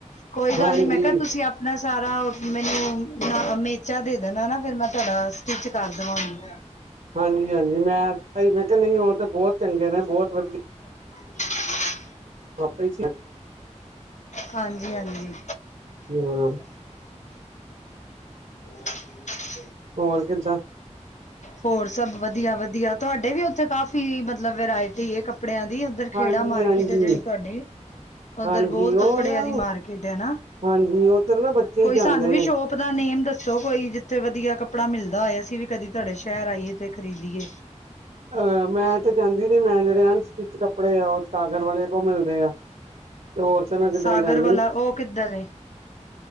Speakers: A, on the left (about 70°); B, on the right (about 75°).
A: ਕੋਈ ਗੱਲ
B: ਹਾਂਜੀ
A: ਨੀ ਮੈਂ ਕਿਹਾ ਤੁਸੀਂ ਆਪਣਾ। ਸਾਰਾ ਮੈਨੂੰ ਨਾ ਇਹ ਮੇਚਾ ਦੇ ਦਿੰਨਾਂ ਨਾ ਫਿਰ ਮੈਂ ਤੁਹਾਡਾ ਸਟਿਚ ਕਰ ਦੇਵਾਂਗੀ
B: <inaudible> ਹਾਂਜੀ-ਹਾਂਜੀ ਮੈਂ <unintelligible> ਤੇ ਬਹੁਤ ਚੰਗੇ ਨੇ ਬਹੁਤ ਵਧੀਆ।
A: <inaudible>
B: <unintelligible>
A: ਹਾਂਜੀ ਹਾਂਜੀ
B: ਹਮ
A: <inaudible>
B: ਹੋਰ ਕਿੱਦਾਂ?
A: ਹੋਰ ਸਭ ਵਧੀਆ-ਵਧੀਆ, ਤੁਹਾਡੇ ਵੀ ਉੱਥੇ ਕਾਫੀ ਮਤਲਬ ਵੈਰਾਇਟੀ ਏ ਕੱਪ ਪੜਿਆਂ ਦੀ ਉਧਰ ਖੇੜਾ
B: ਹਾਂਜੀ
A: ਮਾਰਕੀਟ
B: ਹਾਂਜੀ
A: ਹੈ ਜਿਹੜੀ ਤੁਹਾਡੀ, ਓਧਰ
B: ਹਾਂਜੀ
A: ਬਹੁਤ ਕੱਪੜਿਆ
B: ਉਹ ਨਾ
A: ਦੀ ਮਾਰਕੀਟ ਏ ਨਾ,
B: ਹਾਂਜੀ ਉਧਰ ਨਾ ਬੱਚੇ
A: ਕੋਈ
B: ਹੀ ਜਾਂਦੇ
A: ਸਾਨੂੰ ਵੀ
B: ਨੇ
A: ਸ਼ੋਪ ਦਾ ਨੇਮ ਦੱਸ ਸੋ ਕੋਈ ਜਿੱਥੇ ਵਧੀਆ ਕੱਪੜਾ ਮਿਲਦਾ ਹੋਏ। ਸੀ ਵੀ ਕਦੀ ਤੁਹਾਡੇ ਸ਼ਹਿਰ ਆਈਏ ਤੇ ਖਰੀਦੀਏ।
B: ਆਹ ਮੈਂ ਤੇ ਕਹਿੰਦੀ ਵਈ ਮੈਂ ਜਿਹੜੇ <unintelligible> ਕੱਪੜੇ ਆ, ਉਹ ਸਾਗਰ ਵਾਲੇ ਕੋਲ ਮਿਲਦੇ ਆ। <inaudible> ਮੈਂ ਕਿਧਰੇ
A: ਸਾਗਰ
B: ਜਾਂਦੀ
A: ਵਾਲਾ
B: ਨੀ
A: ਉਹ ਕਿੱਧਰ ਐ।